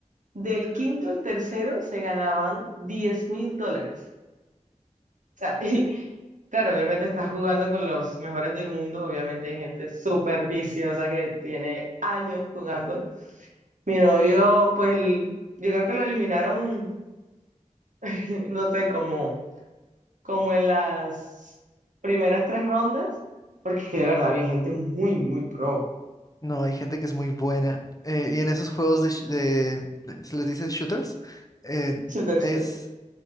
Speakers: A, on the right; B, on the left.
A: del quinto al tercero se ganaban diez mil dólares. O sea, <laughs> y claro, obviamente estás jugando con los mejores del mundo, obviamente hay gente súper viciosa que tiene años jugando. Mi novio, pues, l- yo creo que lo eliminaron, <laughs> no sé, como como en las primeras tres rondas, porque es que de verdad había gente muy, muy pro.
B: No, hay gente que es muy buena. Eh, y en esos juegos de, sh- de- de- se les dice shooters, eh,
A: Sí, tercero.
B: es